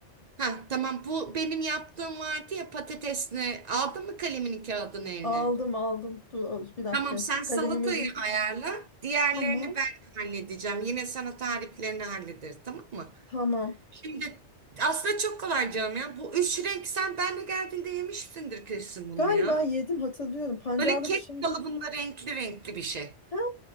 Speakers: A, on the right (about 45°); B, on the left (about 35°).
A: Ha tamam bu benim yaptığım vardı ya patatesini. Aldın mı kalemini kağıdını eline?
B: Aldım aldım. Dur al- bir dakika.
A: Tamam sen salatayı
B: Kalemim elimde.
A: ayarla. Diğerlerini
B: Tamam.
A: ben halledeceğim. Yine sana tariflerini hallederiz tamam mı?
B: Tamam.
A: Şimdi aslında çok kolay canım ya. Bu üç renk sen benle geldiğinde yemişsindir kesin bunu
B: Galiba
A: ya.
B: yedim hatırlıyorum. Pancarlı
A: Böyle kek
B: bir şey.
A: kalıbında renkli renkli bir şey.
B: Ha,